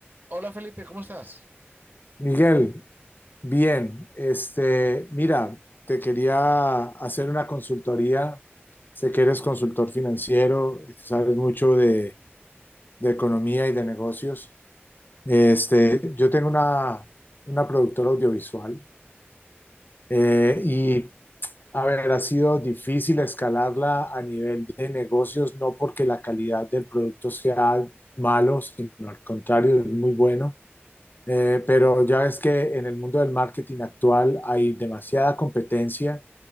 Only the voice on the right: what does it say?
Hola Felipe, ¿cómo estás?
Sí.